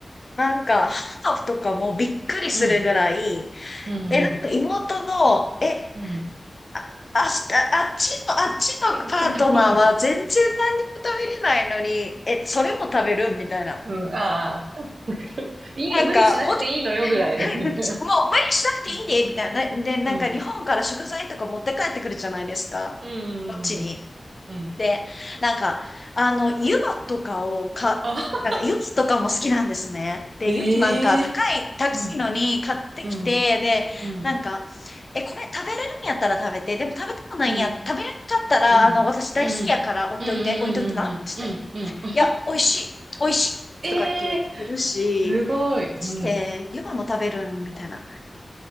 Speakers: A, on the left; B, on the right.
A: なんか、ハーフとかもびっくりするぐらい、
B: うん。うん。
A: え、なんか妹の、え、
B: うん。
A: あ、あ、あっちの、あっちのパートナーは全然何にも食べれないのに、
B: うん。うん <laughs>
A: え、それも食べるみたいな。
B: うん、ああ。わかるいい、
A: なんか、
B: 無理しなくていいのよぐらいのね。
A: ほんと、<laughs> もう無理しなくていいで、
B: うん、
A: みたいな。で、なんか日本から食材とか持って帰ってくるじゃないですか。
B: うん、うん、
A: こっちに。
B: うん、うん。うん
A: で、なんか、あの、湯葉とかをか、
B: あ、
A: なんか湯葉とかも好きなんですね。で、
B: ええ
A: 湯葉なんか高い、高いのに買ってきて、
B: うん、うん、
A: で、
B: うん、
A: なんか、え、これ食べれるんやったら食べて、でも食べてもないんや、
B: うん、
A: 食べれんかったら、
B: うん、
A: あの、私大好きやから置いといて、
B: うん、うん、うん、うん、
A: 置いといてな、っつって。
B: うん、うん。
A: いや、美味しい、美味しい、
B: ええ
A: とか言って食べるし、
B: すごい。
A: マジで湯葉も食べるみたいな。
B: うん。